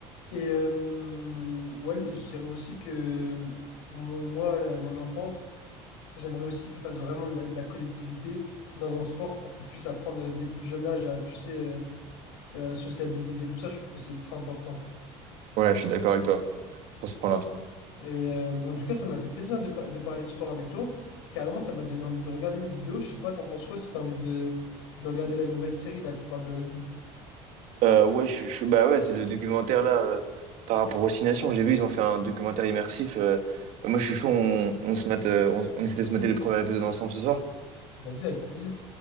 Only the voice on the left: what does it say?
Et euh, ouais, et je dirais aussi que mon- moi, euh, mon enfant, j'aimerais aussi qu'il fasse vraiment de la, de la collectivité dans un sport pour qu'il puisse apprendre dès le plus jeune âge à, tu sais, euh, euh, sociabiliser, tout ça, je trouve que c'est ultra important.
Et euh, en tout cas, ça m'a fait plaisir de, par- de parler de sport avec toi. Carrément, ça m'a donné envie de regarder une vidéo. Je sais pas, t'en penses quoi si t'as envie de, de regarder la nouvelle série là qui parle de rugby?
Vas-y, avec plaisir.